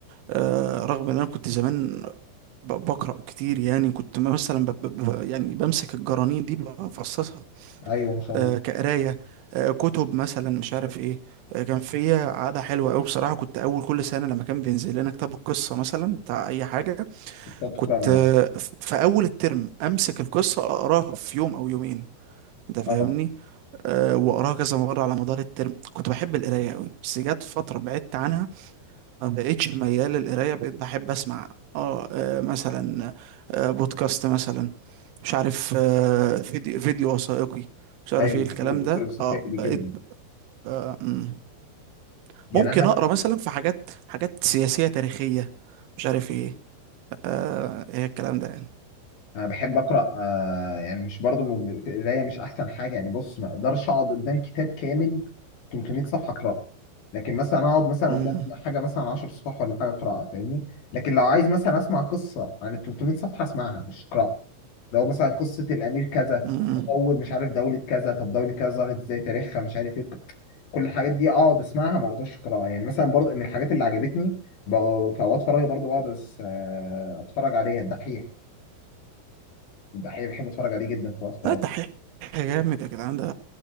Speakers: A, on the right; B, on the left.
A: آه رغم ان انا كنت زمان ب- بقرأ كتير يعني كنت مثلا ب... ب... ب- يعني بمسك الجرانين دي بفصصها
B: ايوه ما شاء
A: آه
B: الله
A: كقراية آه كتب مثلا مش عارف ايه آه كان فيا عادة حلوة أوي بصراحة كنت أول كل سنة لما كان بينزل لنا كتاب القصة مثلا بتاع أي حاجة
B: بتقعد تقرا
A: كنت
B: مع
A: آه
B: نفسك
A: ف- في أول الترم أمسك القصة أقراها في يوم أو يومين انت فاهمني
B: اه
A: أه واقراها كذا مره على مدار الترم كنت بحب القرايه قوي بس جت فتره بعدت عنها ما بقتش ميال للقرايه بقيت بحب اسمع اه آه، مثلا آه، بودكاست مثلا مش عارف آه، فيديو, فيديو وثائقي مش عارف
B: ايوه
A: ايه الكلام
B: بحب الدكتور
A: ده
B: الفلسفي
A: اه بقيت
B: دي جدا
A: آه مم.
B: يعني
A: ممكن
B: انا
A: اقرا مثلا في حاجات حاجات سياسية تاريخية مش عارف ايه آه ايه الكلام ده يعني
B: انا بحب اقرا آه يعني مش برضو م- القرايه مش احسن حاجه يعني بص ما اقدرش اقعد قدام كتاب كامل 300 صفحه اقراه لكن مثلا اقعد مثلا
A: امم
B: قدام حاجه مثلا 10 صفح ولا حاجه اقراها فاهمني لكن لو عايز مثلا اسمع قصه عن ال 300 صفحه اسمعها مش اقراها لو مثلا قصه الامير كذا
A: امم
B: تطور مش عارف دوله كذا طب دوله كذا ظهرت ازاي تاريخها مش عارف ايه كل الحاجات دي اقعد اسمعها ما اقدرش اقراها يعني مثلا برضو من الحاجات اللي عجبتني بقوا في اوقات فراغي برضو بقعد أس- آه، اتفرج عليها الدحيح الدحيح بحب اتفرج عليه جدا في وقت فراغ
A: لا دحيح جامد يا جدعان ده